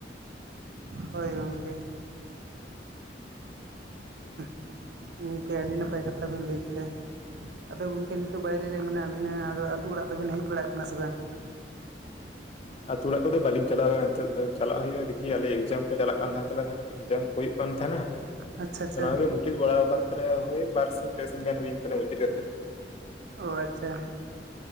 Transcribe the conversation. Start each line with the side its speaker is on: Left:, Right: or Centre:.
Right: ᱦᱳᱭ ᱜᱚᱢᱠᱮ᱾ <inaudible> ᱜᱚᱢᱠᱮ ᱟᱹᱰᱤ ᱱᱟᱯᱟᱭ ᱠᱟᱛᱷᱟ ᱵᱮᱱ ᱞᱟᱹᱭ ᱠᱮᱫᱟ᱾ ᱟᱫᱚ ᱜᱚᱢᱠᱮ ᱱᱤᱛᱚᱜ ᱵᱟᱭᱨᱮ ᱨᱮ ᱢᱮᱱᱟᱜ ᱵᱤᱱᱟ ᱟᱫᱚ ᱟᱹᱛᱩ ᱚᱲᱟᱜ ᱫᱚᱵᱮᱱ ᱦᱮᱡ ᱵᱟᱲᱟᱜ ᱠᱟᱱᱟ ᱥᱮ ᱵᱟᱝ?
Left: ᱟᱹᱛᱩ ᱚᱲᱟᱜ ᱠᱚᱫᱚ ᱵᱟᱹᱞᱤᱧ ᱪᱟᱞᱟᱣ ᱟᱠᱟᱱᱟ ᱱᱤᱛᱚᱜ ᱫᱚ ᱪᱟᱞᱟᱜ ᱦᱩᱭᱩᱜ-ᱟ, ᱫᱤᱠᱷᱤ ᱟᱞᱮ ᱮᱠᱡᱟᱢ ᱠᱚ ᱪᱟᱞᱟᱜ ᱠᱟᱱ ᱛᱟᱦᱮᱸ ᱛᱟᱞᱮᱭᱟ ᱮᱠᱡᱟᱢ ᱠᱚ ᱦᱩᱭᱩᱜ ᱠᱟᱱ ᱛᱟᱦᱮᱱᱟ᱾
Right: ᱟᱪᱪᱷᱟ ᱟᱪᱪᱷᱟ
Left: ᱱᱚᱶᱟ ᱠᱚᱜᱮ ᱢᱩᱪᱟᱹᱫ ᱵᱟᱲᱟ ᱠᱟᱱ ᱛᱟᱞᱮᱭᱟ ᱵᱟᱨᱥᱤᱧ ᱯᱮ ᱥᱤᱧ ᱜᱟᱱ ᱦᱩᱭᱮᱱ ᱛᱟᱞᱮᱭᱟ ᱢᱩᱪᱟᱹᱫ ᱠᱟᱛᱮ᱾
Right: ᱚᱻ ᱟᱪᱪᱷᱟ